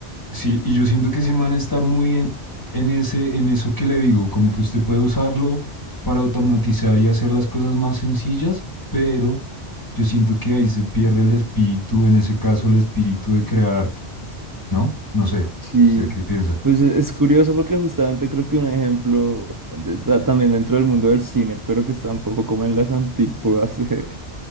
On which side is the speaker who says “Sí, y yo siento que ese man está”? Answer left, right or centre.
Left